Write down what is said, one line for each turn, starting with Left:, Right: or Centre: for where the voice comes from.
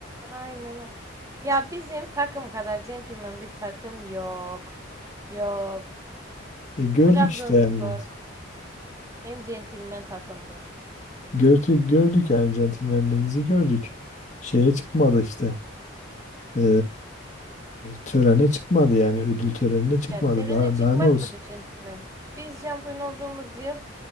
Right: Aynen. ha. Ya bizim takım kadar centilmen bir takım yok. Yok.
Left: E, gördük
Right: Trabzonspor
Left: işte yani.
Right: en centilmen takımdır.
Left: Gördük, gördük yani centilmenliğinizi gördük. Şeye çıkmadı işte. E, törene çıkmadı yani ödül törenine çıkmadı.
Right: Ya terine
Left: Daha
Right: çıkmak
Left: daha ne olsun?
Right: mıdır centilmen? Biz şampiyon olduğumuz yıl